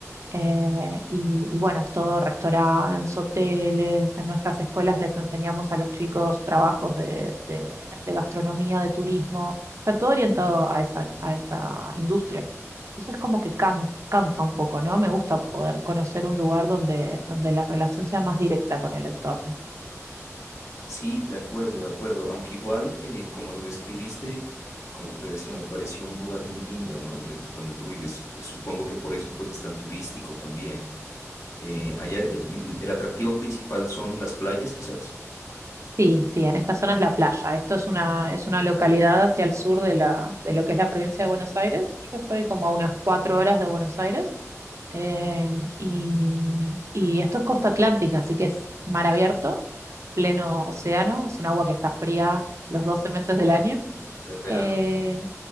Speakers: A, on the right (about 60°); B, on the left (about 65°).
A: Eh, y, y bueno, es todo restaurantes, hoteles, en nuestras escuelas les enseñamos a los chicos trabajos de, de- de gastronomía, de turismo, está todo orientado a esa, a esa industria. Entonces como que can- cansa un poco, ¿no? Me gusta poder conocer un lugar donde, donde la relación sea más directa con el entorno.
B: Sí, de acuerdo, de acuerdo, aunque igual, eh, como lo describiste, como te decía, me pareció un lugar muy lindo, ¿no? Donde, donde tú vives, supongo que por eso pues es tan turístico también. Eh, allá eh, el el atractivo principal son las playas, quizás,
A: Sí, sí, en esta zona es la playa. Esto es una, es una localidad hacia el sur de la, de lo que es la provincia de Buenos Aires. Yo estoy como a unas cuatro horas de Buenos Aires Eh, y, y esto es costa atlántica, así que es mar abierto, pleno océano, es un agua que está fría los 12 meses del año.
B: pero en verano.
A: Eh,